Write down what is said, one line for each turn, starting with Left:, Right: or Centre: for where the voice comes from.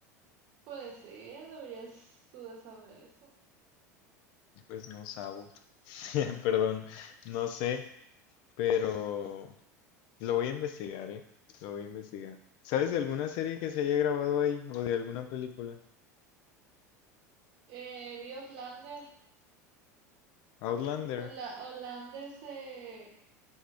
Right: puede ser, deberías tú de saber eso.
Left: Pues no sabo, <laughs> perdón, no sé, pero Lo voy a investigar, ¿eh? Lo voy a investigar. ¿Sabes de alguna serie que se haya grabado ahí o de alguna película?
Right: Eh, vi Outlander.
Left: Outlander.
Right: Ola- Outlander se,